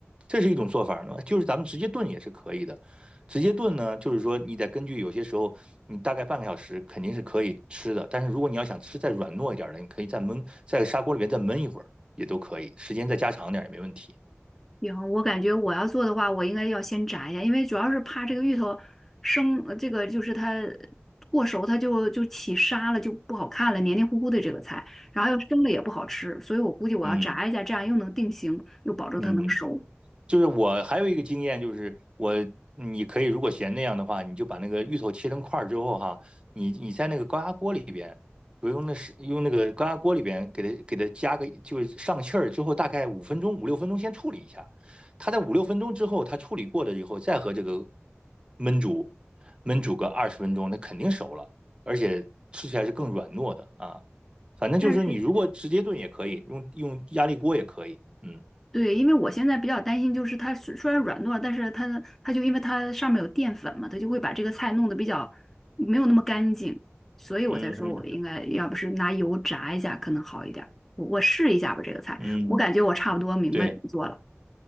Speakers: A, on the right; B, in the centre.
A: 这是一种做法呢，就是咱们直接炖也是可以的。直接炖呢，就是说你得根据有些时候，你大概半个小时肯定是可以吃的。但是如果你要想吃再软糯一点的，你可以再焖，在砂锅里面再焖一会儿也都可以，时间再加长点也没问题。
B: 行，我感觉我要做的话，我应该要先炸一下，因为主要是怕这个芋头生，呃这个就是它过熟，它就就起沙了，就不好看了，黏黏糊糊的这个菜，然后又生了也不好吃，所以我估计我要炸一下，
A: 嗯
B: 这样又能定型，又保证它能熟。
A: 嗯，就是我还有一个经验，就是我你可以如果嫌那样的话，你就把那个芋头切成块儿之后哈，你你在那个高压锅里边，不用那是用那个高压锅里边给它给它加个就是上气儿之后，大概五分钟五六分钟先处理一下，它在五六分钟之后，它处理过了以后，再和这个焖煮焖煮个二十分钟，那肯定熟了，而且吃起来是更软糯的啊。反正就是你如果直接炖也可以，
B: 那是。
A: 用用压力锅也可以，嗯
B: 对，因为我现在比较担心，就是它虽虽然软糯，但是它它就因为它上面有淀粉嘛，它就会把这个菜弄得比较没有那么干净，所以我才说我应该要不是拿油炸一下可能好一点儿。
A: 嗯
B: 我我试一下吧，这个菜，
A: 嗯。
B: 我感觉我差不多明白怎么做了。
A: 对